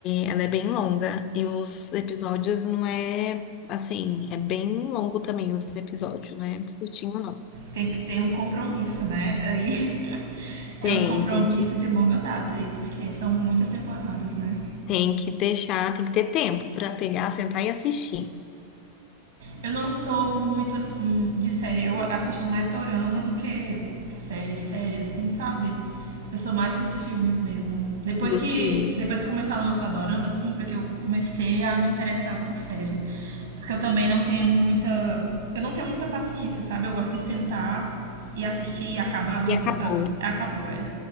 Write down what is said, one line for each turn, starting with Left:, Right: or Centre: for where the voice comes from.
Left: ela é bem longa e os episódios não é assim, é bem longo também os episódios, não é curtinho não.
Right: tem que ter um compromisso, né? Aí <laughs>
Left: Tem,
Right: é um compromisso
Left: tem que,
Right: de longa data aí, porque são muitas temporadas, né?
Left: tem que deixar, tem que ter tempo pra pegar, sentar e assistir
Right: Eu não sou muito assim de série, eu assisto mais dorama do que série, série assim, sabe? Eu sou mais dos filmes mesmo. Depois
Left: dos
Right: que
Left: filmes.
Right: depois que começou a lançar dorama assim, foi que eu comecei a me interessar por série. Porque eu também não tenho muita eu não tenho muita paciência, sabe? Eu gosto de sentar e assistir e acabar logo,
Left: E acabou.
Right: sabe? Acabou, é.